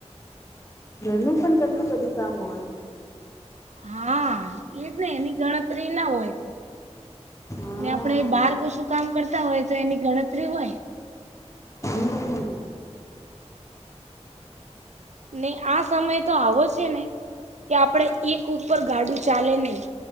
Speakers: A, on the left; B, on the right.
A: ઘરનું પણ કેટલું બધું કામ હોય
B: હા એજ ને એની ગણતરી ના હોય
A: હા
B: ને આપણે બહાર કશું કામ કરતા હોય તો એની ગણતરી હોય
A: હમ
B: નહી આ સમય તો આવો છે ને કે આપણે એક ઉપર ગાડું ચાલે નહી